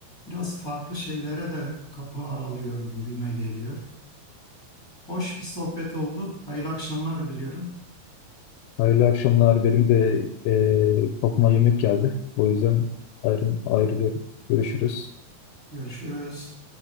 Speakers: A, on the left (about 20°); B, on the left (about 80°).
A: biraz farklı şeylere de kapı aralıyor gibime geliyor. Hoş bir sohbet oldu. Hayırlı akşamlar diliyorum.
B: Hayırlı akşamlar. Benim de e, kapıma yemek geldi. O yüzden ayrı, ayrılıyorum. Görüşürüz.
A: Görüşürüz.